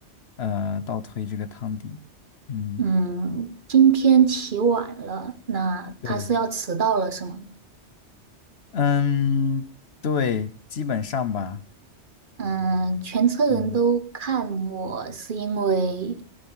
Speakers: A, on the left (about 65°); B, on the right (about 50°).
A: 呃倒推这个汤底。嗯，
B: 嗯，今天起晚了，那他是要迟到了是吗？
A: 对。嗯，对，基本上吧。
B: 嗯，全车人都看我是因为。
A: 嗯